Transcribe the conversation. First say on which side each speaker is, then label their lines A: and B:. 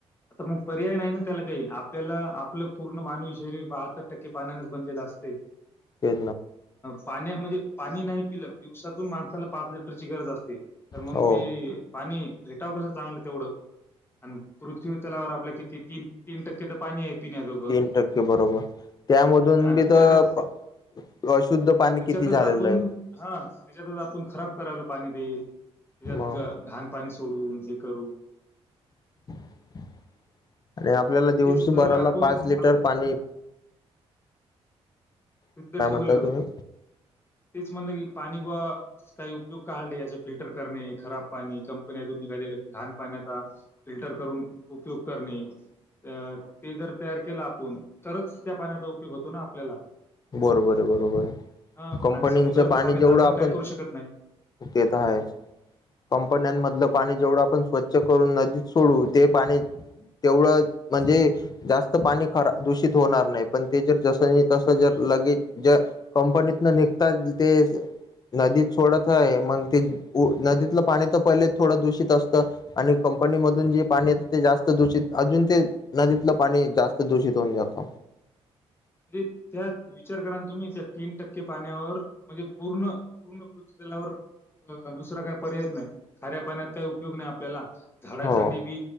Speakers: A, on the left; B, on the left.
A: आता मग पर्याय नाही मला का आपल्याला आपलं पूर्ण मानवी शरीर बहात्तर टक्के पानानच बनलेलं असते
B: ते
A: पाण्या म्हणजे पाणी नाही पिलं दिवसातून माणसाला पाच लिटरची गरज असते तर मग
B: हो
A: ते पाणी भेटावं कसं चांगलं तेवढं आणि पृथ्वी तलावर आपल्या किती तीन तीन टक्के तर पाणी आहे पिण्या जोग हम्
B: तीन टक्के बरोबर त्यामधून
A: आणि
B: बी
A: त्यांच्यावरच
B: तर अशुद्ध पाणी
A: त्याच्यातच
B: किती झालेलं
A: आपण
B: आहे
A: हा त्याच्यातच आपण खराब करायलो पाणी त्याच्यात
B: मग
A: घाण पाणी सोडून हे करून
B: <inaudible> आणि आपल्याला दिवसभराला
A: तेच जर आपण
B: पाच लिटर पाणी
A: युद्ध
B: काय
A: ठेवलं
B: म्हणताय तुम्ही
A: तेच म्हणलं की पाणी काही उपयोग का या फिल्टर करणे खराब पाणी कंपनीतून निघालेले घाण पाण्याचा फिल्टर करून उपयोग करणे ते जर तयार केलं आपण तरच त्या पाण्या उपयोग होतो ना आपल्याला
B: बरोबर आहे बरोबर आहे
A: ह
B: कंपनीचं
A: आणि समुद्राचं
B: पाणी जेवढं
A: तर
B: आपण
A: काय करू शकत नाही.
B: ते तर आहेच कंपन्यांमधलं पाणी जेवढं आपण स्वच्छ करून नदीत सोडू ते पाणी तेवढं म्हणजे जास्त पाणी दूषित होणार नाही पण ते जर जसं त र लगेच कंपनीतन निघतात ते नदी थोडच आहे मग ते नदीतलं पाणी तर पहिले थोडं दूषित असतं आणि कंपनी मधून
A: हम्म.
B: जे पाणी येतं ते जास्त दूषित अजून ते नदीतलं पाणी जास्त दूषित होऊन जातं.
A: म्हण त्यात विचार करा तुम्ही त्या तीन टक्के पाण्यावर म्हणजे पूर्ण पूर्ण पृथ्वी दुसरा काय पर्यायच नाही खाऱ्या पाण्यात काही उपयोग नाही आपल्याला झाडासाठी
B: हो
A: बी